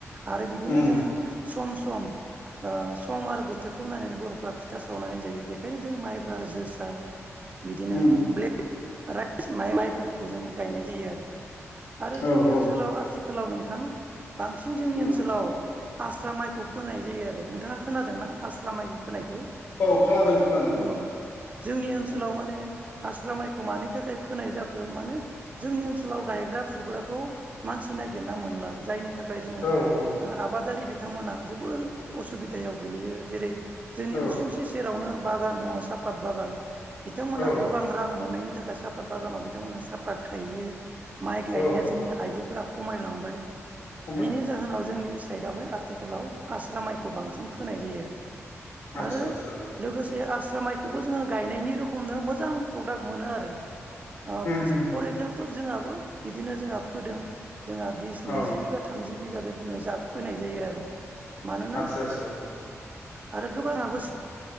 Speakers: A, on the right; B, on the left.
A: आरो बिदिनो
B: उम
A: जोङो सम सम ओ सम आरो बोथोरखौ नायनानै बर'फ्रा फिथा सावनानै जायो बेखायनो जों माइब्रा जोसा बिदिनो
B: उम
A: ब्लेक राइस माइ माइफोरखौ जों गायनाय जायो आरो आरो जोंनि
B: औ औ
A: ओनसोलाव आथिखालाव नोंथां बांसिन जोंनि
B: उम
A: ओनसोलाव आस्रा माइखौ फोनाय जायो आरो नोंथाङा खोनादों न आस्रा माइ फोनायखौ
B: औ खोनादों खोनादों
A: औ जोंनि ओनसोलाव
B: औ
A: माने आस्रा माइखौ मानि थाखाय फोनाय जाखो माने जोंनि ओनसोलाव गायग्रा फुग्राखौ मानसि नागिरना मोनला जायनि थाखाय जोङो
B: औ औ
A: ओ आबादारि बि- थांमोना जोबोर असुबिदायाव गोलैयो जेरै जोंनि
B: औ
A: उसुंसि सेरावनो बागान दङ सापात बागान बिथांमोना
B: औ
A: गोबां रां मोननायनि थाखाय सापात बागानाव बिथांमोनहा सापात खायो माइ गायनाया
B: औ
A: जोंनि
B: औ
A: आइजो- फोर खमायलांबाय
B: खमाय
A: बिनि जाहोनाव जोंनि सायदहाय आथिखालाव आस्रा माइखौ बांसिन फोनाय जायो आरो
B: आदसा
A: आरो
B: आदसा
A: लोगोसे जे आस्रा माइखौबो जोङो गायनायनि रोखोमनो मोजां प्रडाक्ट मोनो आरो ओ
B: उम उम
A: फर
B: उम
A: एक्जामपोल जोंहाबो बिदिनो जोंहा फोदों जोंहा बिस नैजि
B: औ
A: बिगा थामजि बिगा बे रखोमनो जा फोनाय जायो आरो। मानोना
B: आदसा आदसा
A: <inaudible> आरो गोबाङाबोसो